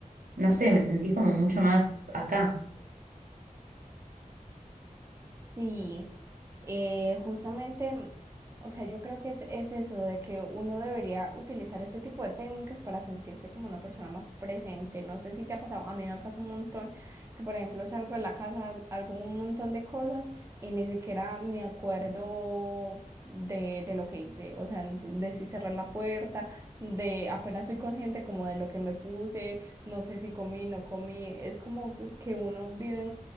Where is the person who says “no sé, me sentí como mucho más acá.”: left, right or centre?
Right